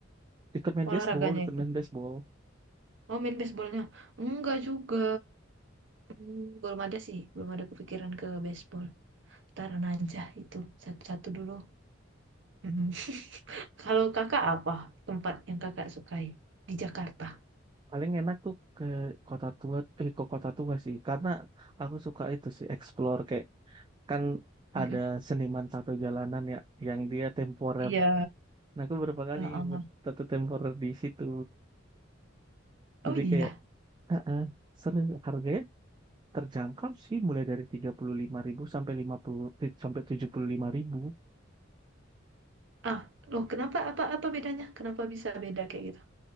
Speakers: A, on the right; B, on the right.
A: Ikut main
B: olahraganya
A: baseball, ikut
B: itu?
A: main baseball.
B: Mau main baseballnya? Enggak juga. Hmm, belum ada sih, belum ada kepikiran ke baseball. Taran aja itu satu-satu dulu. Mhm. Kalau kakak apa tempat yang kakak sukai di Jakarta?
A: Paling enak tuh ke kota tua, eh ke kota tua sih. Karena aku suka itu sih, explore kayak kan
B: Mhm.
A: ada seniman tato jalanan ya, yang dia temporer.
B: Iya.
A: Nah, aku berapa kali
B: Heeh.
A: buat tato temporer di situ.
B: Oh
A: Jadi
B: iya.
A: kayak, ah, ah, seru. Harganya terjangkau sih, mulai dari 35.000 sampai 50 eh, sampai tujuh puluh lima ribu
B: Ah, loh kenapa apa apa bedanya? Kenapa bisa beda kayak gitu?